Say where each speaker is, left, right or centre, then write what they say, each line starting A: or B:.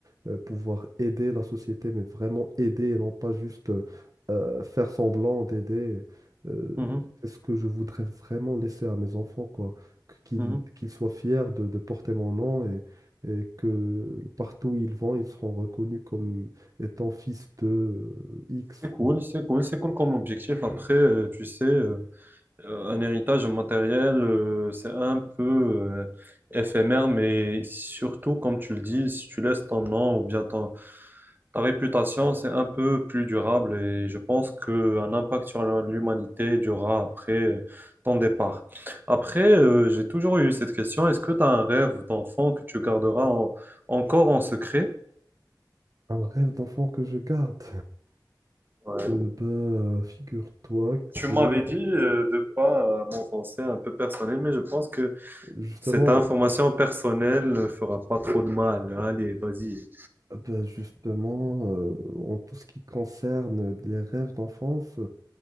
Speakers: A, on the right; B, on the right.
A: euh, pouvoir aider la société, mais vraiment aider et non pas juste euh, euh, faire semblant d'aider. Euh,
B: mhm,
A: c'est ce que je voudrais vraiment laisser à mes enfants, quoi. Que- Qu'ils
B: mhm, mhm.
A: qu'ils soient fiers de, de porter mon nom et, et que partout où ils vont, ils seront reconnus comme étant fils de euh, X,
B: C'est
A: quoi.
B: cool, c'est cool, c'est cool comme objectif. Après, euh, tu sais. euh, euh, un héritage matériel, euh, c'est un peu euh, éphémère, mais surtout, comme tu le dis, si tu laisses ton nom ou bien ton, ta réputation, c'est un peu plus durable et je pense qu'un impact sur la- l'humanité durera après euh, ton départ. Après, euh, j'ai toujours eu cette question, est-ce que tu as un rêve d'enfant que tu garderas en- encore en secret?
A: Un rêve d'enfant que je garde.
B: Ouais.
A: Euh, bah, figure-toi
B: Tu
A: que
B: m'avais dit euh, de pas euh, m'enfoncer un peu personnel, mais je pense que
A: justement,
B: Cette information personnelle ne fera pas trop de mal. Allez, vas-y.
A: bah, justement, euh, en tout ce qui concerne les rêves d'enfance,